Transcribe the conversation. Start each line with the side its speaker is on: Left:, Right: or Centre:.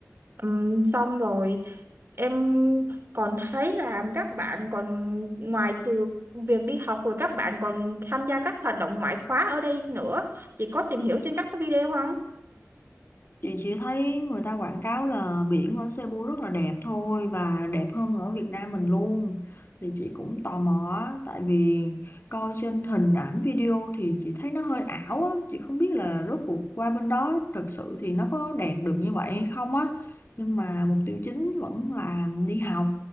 Right: Ừm, xong rồi em còn thấy là các bạn còn ngoài từ việc đi học rồi các bạn còn tham gia các hoạt động ngoại khóa ở đây nữa chị có tìm hiểu trên các cái video không
Left: Chị chỉ thấy người ta quảng cáo là biển ở Cebu rất là đẹp thôi và đẹp hơn ở Việt Nam mình luôn. Thì chị cũng tò mò á, tại vì coi trên hình ảnh video thì chị thấy nó hơi ảo á, chị không biết là rốt cuộc qua bên đó thực sự thì nó có đẹp được như vậy hay không á. Nhưng mà mục tiêu chính vẫn là đi học.